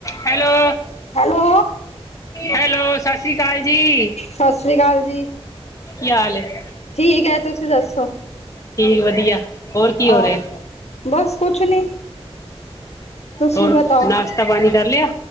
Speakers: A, on the left; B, on the left.
A: Hello?
B: Hello
A: hello, ਸਸ ਸ੍ਰੀ ਕਾਲ ਜੀ।
B: ਸਸ ਸ੍ਰੀ ਕਾਲ ਜੀ,
A: ਕੀ ਹਾਲ ਹੈ
B: ਠੀਕ ਐ ਤੁਸੀਂ ਦੱਸੋ?
A: ਠੀਕ, ਵਧੀਆ, ਹੋਰ ਕੀ
B: ਔਰ
A: ਹੋ ਰੇਆ?
B: ਬਸ, ਕੁਛ ਨੀ ਤੁਸੀਂ
A: ਹੋਰ,
B: ਬਤਾਓ
A: ਨਾਸ਼ਤਾ, ਪਾਣੀ ਕਰ ਲੇਆ?